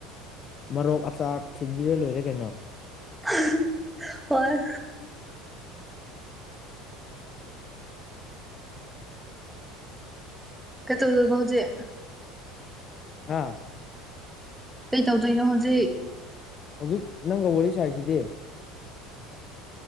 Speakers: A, on the left; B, in the centre.
A: ꯃꯔꯣꯛ ꯑꯆꯥꯔ ꯊꯤꯟꯕꯤꯔ ꯂꯣꯏꯔꯦ ꯀꯩꯅꯣ
B: ꯍꯥ ꯍꯥ ꯍꯣꯏ ꯀꯠꯇꯧꯔꯤꯕ ꯍꯧꯖꯤꯛ
A: ꯍꯥꯥ
B: ꯀꯩ ꯇꯧꯗꯣꯏꯅꯣ ꯍꯧꯖꯤꯛ
A: ꯍꯧꯖꯤꯛ ꯅꯪꯒ ꯋꯥꯔꯤ ꯁꯥꯏꯁꯤꯗꯤ